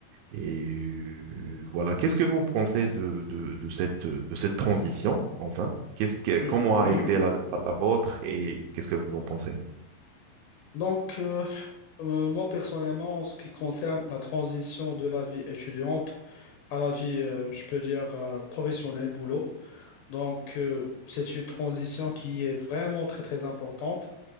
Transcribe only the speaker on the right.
Et euh, voilà, qu'est-ce que vous pensez de, de, de cette, de cette transition, enfin? Qu'est-ce que,
comment
a été la, la vôtre et qu'est-ce que vous en pensez?